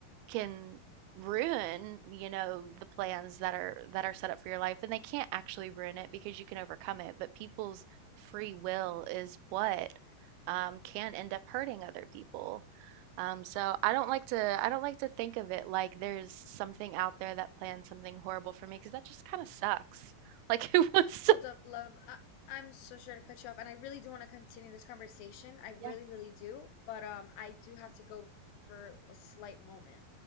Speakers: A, on the right; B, on the left.
A: can ruin, you know, the plans that are that are set up for your life and they can't actually ruin it because you can overcome it, but people's free will is what um, can end up hurting other people. Um, so I don't like to I don't like to think of it like there's something out there that plans something horrible for me because that just kind of sucks. Like <laughs> who wants
B: hold
A: to?
B: up love I, i'm so sure to cut you off and i really do want to continue this conversation i really
A: Yeah.
B: really do but um i do have to go for a slight moment